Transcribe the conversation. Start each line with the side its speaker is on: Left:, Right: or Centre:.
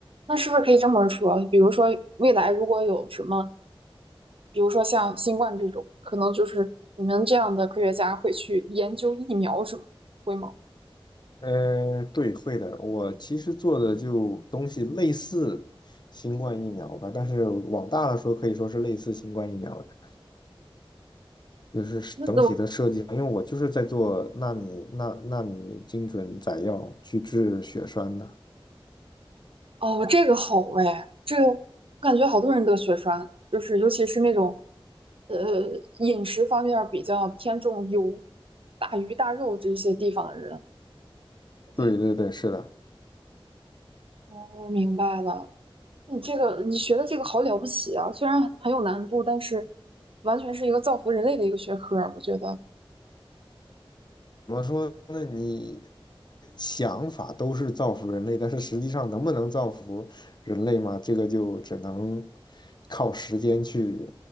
Right: 那是不是可以这么说？比如说，未来如果有什么，比如说像新冠这种，可能就是你们这样的科学家会去研究疫苗什么，会吗？
Left: 呃，对，会的。我其实做的就东西类似新冠疫苗吧，但是往大了说，可以说是类似新冠疫苗的，就是整体的设计。
Right: 那那我
Left: 因为我就是在做纳米纳纳米精准载药去治血栓的。
Right: 哦，这个好哎，这个我感觉好多人得血栓，就是尤其是那种呃饮食方面比较偏重油、大鱼大肉这些地方的人。对，
Left: 对对对，是的。
Right: 哦，我明白了。你这个你学的这个好了不起啊，虽然很有难度，但是完全是一个造福人类的一个学科儿，我觉得。
Left: 怎么说呢？你想法都是造福人类，但是实际上能不能造福人类嘛？这个就只能靠时间去